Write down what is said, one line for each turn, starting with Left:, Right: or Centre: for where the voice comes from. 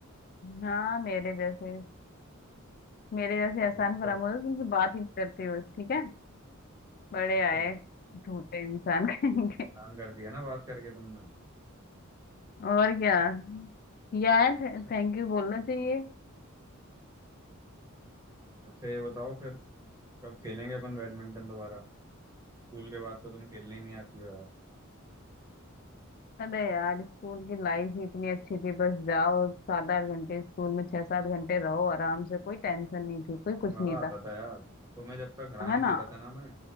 Left: हाँ मेरे जैसे मेरे जैसे एहसान
Right: एक
Left: फरामोश
Right: तो
Left: तुमसे बात ही नहीं करते हो ठीक है बड़े
Right: अच्छा
Left: आए झूठे इंसान <laughs> कहीं के।
Right: एहसान कर दिया ना बात करके तुमने
Left: और क्या किया है
Right: अच्छा
Left: थैंक यू बोलना चाहिए
Right: अच्छा ये बताओ फिर कब खेलेंगे अपन बैडमिंटन दोबारा स्कूल के बाद तो तुम खेलने ही नहीं आती हो यार
Left: अरे यार स्कूल की लाइफ ही इतनी अच्छी थी बस जाओ सात आठ घंटे स्कूल में छह सात घंटे रहो आराम से कोई टेंशन नहीं थी कोई कुछ
Right: मजा
Left: नहीं
Right: आता
Left: था
Right: था यार तुम्हें जब तक हरा नहीं
Left: है
Right: देता
Left: ना
Right: था ना मैं